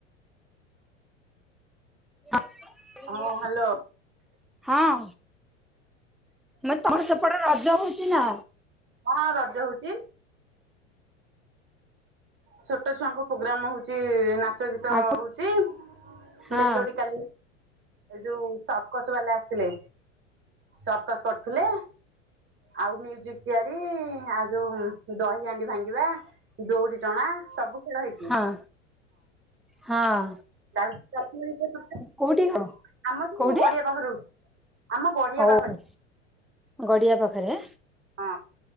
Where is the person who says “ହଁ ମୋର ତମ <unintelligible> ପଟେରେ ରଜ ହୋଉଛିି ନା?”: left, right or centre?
Centre